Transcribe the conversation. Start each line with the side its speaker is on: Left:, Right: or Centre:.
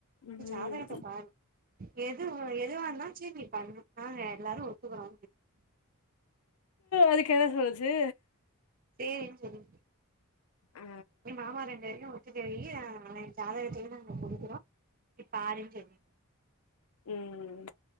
Left: ம்.
Right: இந்த ஜாதகத்த பாரு எது எதுவாருந்தாலு <unintelligible> எல்லாரு ஒத்துக்கறோ
Left: அதுக்கு என்ன சொல்லுச்சு
Right: சேரினு சொல்லுச்சு
Left: ஆ.
Right: எ மாமா ரெண்டேயு <unintelligible> எ ஜாதகத்தையு நாங்க குடுக்குறோ நீ பாருன் சொன்னே
Left: ம்